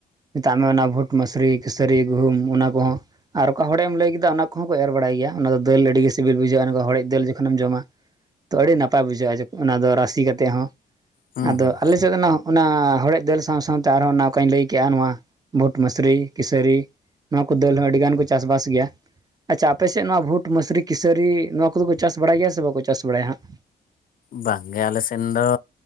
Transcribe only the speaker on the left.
ᱦᱩᱸ
ᱦᱩᱸ
ᱵᱟᱝ ᱜᱮ ᱟᱞᱮ ᱥᱮᱱ ᱫᱚ,